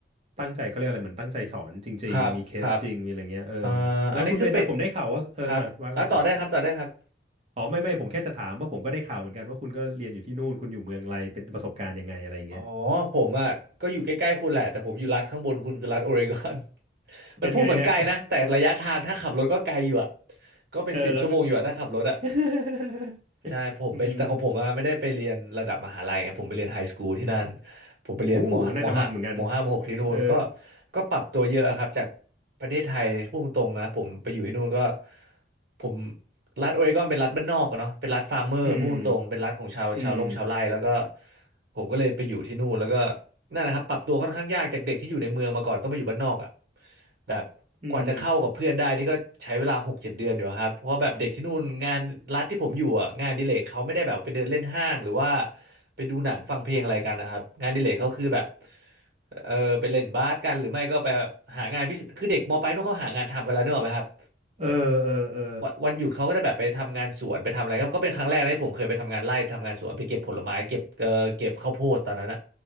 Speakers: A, on the right (about 35°); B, on the right (about 55°).
A: ตั้งใจเขาเรียกอะไรเหมือนตั้งใจสอนจริงๆมีเคสจริงมีอะไรเงี้ยเออ
B: ครับครับเอ่ออันนี้คือเป็น
A: แล้วคุณเบนนะผมได้ข่าวว่าเอออ่ะว่าว่ากัน
B: ครับอ่ะต่อได้ครับต่อได้ครับ
A: อ๋อไม่ไม่ผมแค่จะถามว่าผมก็ได้ข่าวเหมือนกันว่าคุณก็เรียนอยู่ที่นู่นคุณอยู่เมืองไรเป็นประสบการณ์ยังไงอะไรเงี้ย
B: อ๋อผมอ่ะก็อยู่ใกล้ๆคุณแหละแต่ผมอยู่รัฐข้างบนคุณคือรัฐโอเรกอน <laughs> มันพูดเหมือนไกลนะแต่ระยะทางถ้าขับรถก็ไกลอยู่อ่ะ
A: เป็นไงฮะ <laughs>
B: ก็เป็นสิบชั่วโมงอยู่อ่ะถ้าขับรถอ่ะ
A: เออแล้ว <laughs>
B: ใช่ผมไปแต่ของผมอะไม่ได้ไปเรียนระดับมหาลัยไงผมไปเรียนไฮสคูลที่นั่น
A: อืม
B: ผมไปเรียนมห้ามห้ามห้ามหกที่นู่นก็
A: โอ้น่าจะมันเหมือนกันเออ
B: ก็ปรับตัวเยอะครับจากประเทศไทยพูดตรงๆนะผมไปอยู่ที่นู่นก็ผมรัฐโอเรกอนเป็นรัฐบ้านนอกอะเนาะเป็นรัฐฟาร์มเมอร์พูดตรงๆเป็นรัฐของชาวชาวลงชาวไร่แล้วก็
A: อืมอืม
B: ผมก็เลยไปอยู่ที่นู่นแล้วก็ นั่นแหละครับปรับตัวค่อนข้างยากจากเด็กที่อยู่ในเมืองมาก่อนต้องมาอยู่บ้านนอกอ่ะแบบกว่าจะเข้ากับเพื่อนได้นี่ก็ใช้เวลาหกเจ็ดเดือนอยู่ครับเพราะแบบเด็กที่นู่นงานรัฐที่ผมอยู่อ่ะงานอดิเลกเขาไม่ได้แบบไปเดินเล่นห้างหรือว่า
A: อืม
B: ไปดูหนังฟังเพลงอะไรกันนะครับงานอดิเลกเขาคือแบบเออไปเล่นบาสกันหรือไม่ก็ไปแบบหางานพิเศษคือเด็กมปลายนู่นเขาหางานทำกันแล้วเนกอะไหมครับ
A: เออเออเออ
B: วันวันหยุดเขาก็จะแบบไปทำงานสวนไปทำอะไรก็ก็เป็นครั้งแรกนะที่ผมเคยไปทำงานไร่ทำงานสวนไปเก็บผลไม้เก็บเออเก็บข้าวโพดตอนนั้นอะ